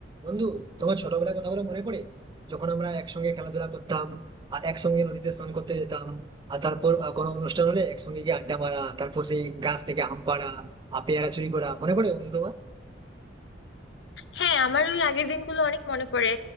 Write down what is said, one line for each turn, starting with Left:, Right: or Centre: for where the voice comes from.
Right: বন্ধু তোমার ছোটবেলার কথাগুলো মনে পড়ে যখন আমরা একসঙ্গে খেলাধুলা করতাম আর একসঙ্গে নদীতে স্নান করতে যেতাম আর তারপর আহ, কোনো অনুষ্ঠান হলে একসঙ্গে গিয়ে আড্ডা মারা তারপর সেই গাছ থেকে আম পাড়া আর পেয়ারা চুরি করা মনে পড়ে বন্ধু তোমার
Left: হ্যাঁ আমার ওই আগের দিনগুলো অনেক মনে পড়ে